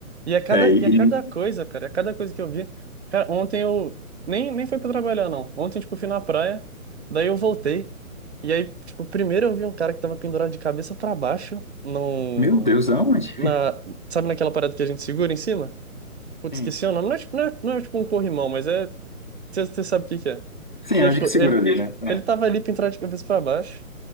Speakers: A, on the right; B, on the left.
A: E a cada,
B: É, e,
A: e a cada
B: e-
A: coisa, cara, a cada coisa que eu vi. Cara, ontem eu. Nem, nem foi pra trabalhar, não. Ontem, tipo, fui na praia. Daí eu voltei. E aí, tipo, primeiro eu vi um cara que tava pendurado de cabeça pra baixo, num,
B: meu Deus, aonde?
A: na, sabe naquela parada que a gente segura em cima? Putz,
B: Sim,
A: esqueci o nome. Não é, tipo- não é, não é tipo um corrimão, mas é, você sabe o que que é.
B: Sim,
A: E
B: é
A: aí,
B: onde
A: tipo,
B: que segura
A: ele,
B: ali, né?
A: ele tava
B: É.
A: ali pendurado de cabeça pra baixo.